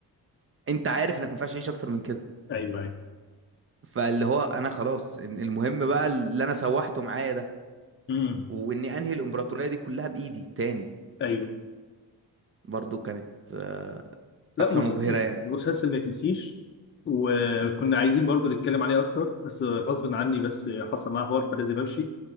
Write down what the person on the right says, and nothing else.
انت عارف انك ما ينفعش تعيش اكتر من كده
فاللي هو انا خلاص إن- المهم بقى اللي انا سوحته معايا ده
واني انهي الامبراطورية دي كلها بايدي تاني
برضو كانت آه،
قفلة
مبهرة يعني